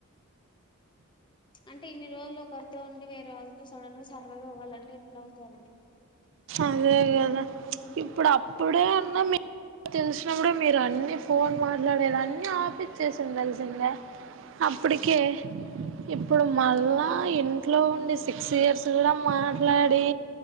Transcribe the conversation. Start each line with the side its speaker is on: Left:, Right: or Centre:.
Left: అంటే ఇన్ని రోజులు ఒకరితో ఉండి వేరే వాళ్ళతో సడన్ గా సర్వైవ్ అవ్వాలంటే ఎట్లా అవుతారని ఆ
Right: అదే కదా ఇప్పుడు అప్పుడే అన్నా తెలిసిన కూడా మీరు అన్ని ఫోన్ మాట్లాడేది అన్ని ఆపి చేసింది తెలిసిందా అప్పటికే ఇప్పుడు మళ్ళా
Left: ఆ
Right: ఇంట్లో ఉండి సిక్స్ ఇయర్స్ కూడా మాట్లాడి